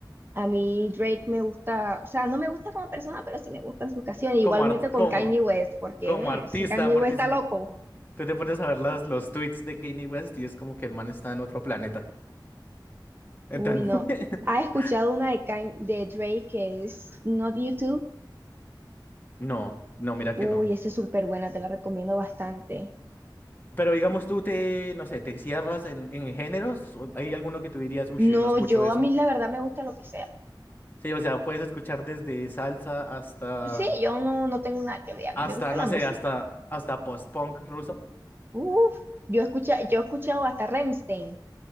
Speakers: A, on the right; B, on the left.
A: A mí Drake me gusta, o sea, no me gusta como persona, pero sí me gustan sus canciones. Igualmente
B: Como, art-
A: con
B: como,
A: Kanye West, porque
B: como
A: mm,
B: artista,
A: ese Kanye
B: porque
A: West
B: si
A: está loco.
B: tú te pones a ver las, los tweets de Kanye West y es como que el man está en otro planeta. Entonces,
A: Uy, no. ¿Has
B: <laughs>
A: escuchado una de, Kan- de Drake que es Not YouTube?
B: no, no, mira que
A: Uy,
B: no.
A: esa es súper buena, te la recomiendo bastante.
B: Pero digamos tú te, no sé, te cierras en, en géneros. ¿O ¿Hay alguno que tú dirías, uy, yo
A: No,
B: no escucho
A: yo
B: eso?
A: a mí la verdad me gusta lo que sea.
B: Sí, o sea, puedes escuchar desde salsa hasta,
A: Sí, yo no, no tengo nada que ver, a mí
B: hasta,
A: me gusta
B: no
A: la música.
B: sé, hasta, hasta post-punk ruso,
A: Uf, yo escucha, yo he escuchado hasta Rammstein,